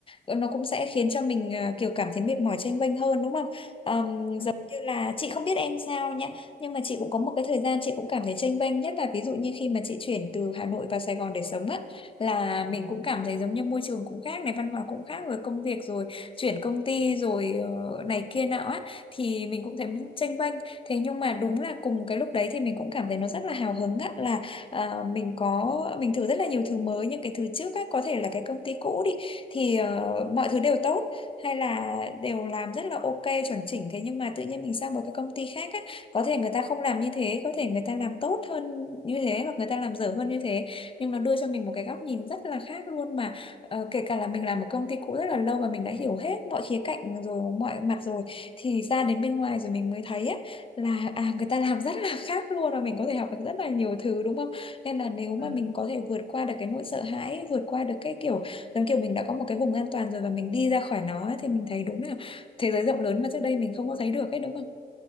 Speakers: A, on the left; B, on the left.
A: nó cũng sẽ khiến cho mình à, kiểu cảm thấy mệt mỏi chênh vênh hơn đúng không Ờm,
B: ừ
A: giống như là chị không biết em sao nhá nhưng mà chị cũng có một cái thời gian chị cũng cảm thấy chênh vênh nhất là ví dụ như khi mà chị chuyển từ Hà Nội vào Sài Gòn để sống á là
B: ừ
A: mình cũng cảm thấy giống như môi trường cũng khác này văn hóa cũng khác rồi công việc rồi chuyển công ty rồi ờ, này kia nọ á thì mình cũng thấy
B: ừ,
A: mình chênh vênh thế nhưng mà đúng là cùng cái lúc đấy thì mình cũng cảm thấy nó rất là hào hứng á là à, mình có mình thử rất là nhiều thứ mới nhưng cái thứ trước á, có thể là cái công ty cũ đi thì ờ, mọi thứ đều tốt hay là đều làm rất là ok chuẩn chỉnh thế nhưng mà tự nhiên mình sang một cái công ty khác á, có thể người ta không làm như thế có thể người ta làm tốt hơn như thế hoặc người ta làm dở hơn như thế nhưng nó đưa cho mình một cái góc nhìn rất là khác luôn mà ờ, kể cả là mình làm một công ty cũ rất là lâu và mình đã hiểu hết mọi khía cạnh rồi mọi mặt rồi thì ra đến bên ngoài rồi mình mới thấy á, là à người
B: ừ.
A: ta làm rất là khác luôn và mình có thể học được rất là nhiều thứ đúng không nên là nếu mà
B: ừ
A: mình có thể vượt qua được cái nỗi sợ hãi, vượt qua được cái kiểu giống kiểu mình đã có một cái vùng an toàn rồi và mình đi ra khỏi nó ấy, thì mình thấy đúng là thế giới rộng lớn mà trước đây mình không có thấy được ấy đúng không?